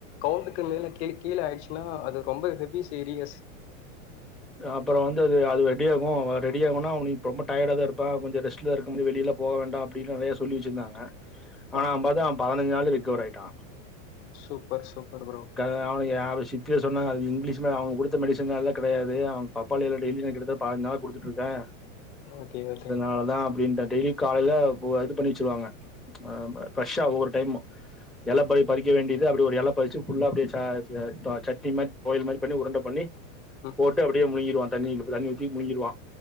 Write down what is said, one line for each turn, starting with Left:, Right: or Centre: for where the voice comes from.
Left: கவுண்டுக்கு மேல கெ கீழ ஆயிட்ச்சுனா அது ரொம்ப ஹெவி சீரியஸ்
Centre: அப்பறொ வந்து அது அது ரெடியாகு ரெடியாகுனா நீ இப்ப ரொம்ப டயடா தா இருப்ப கொஞ்சொ ரெஸ்ட்ல இருக்கும்போது வெளில போக வேண்டா அப்டின்னு நெறையா சொல்லி வச்சிருந்தாங்க ஆனா
Left: ஆ
Centre: அவ பாத்தா அவ பதினஞ்சு நாள்ல ரெக்கவர் ஆயிட்டா
Left: சூப்பர் சூப்பர் ப்ரோ
Centre: அவனுகு யாரு சித்திய சொன்னா அது இங்கிலீஷ் அவுங்க கொடுத்த மெடிசன்லால கெடையாது அவ பப்பாளி எல டெய்லி நா கிட்ட தட்ட பாஞ்சுநாள் கொடுத்துட்ருக்கே
Left: ஓகே ஓகே
Centre: அவ்ளதா அப்டின்ட்ட டெய்லி காலைல பொ இது பண்ணி வச்சிருவாங்க ஆ ஃரெஷ்ஷா ஒவ்வொரு டைம்மு எல பாதி பறிக்க வேண்டியது அப்டி ஒரு எல பறிச்சு ஃபுல்லா அப்டியே ச ச சட்னி மாரி கோலி மாதிரி பண்ணி உருண்ட பண்ணி
Left: ம்.
Centre: போட்டு அப்டியே முழிங்கிருவாங்க தண்ணி கப்பு தண்ணி ஊத்தி முழுங்கிருவா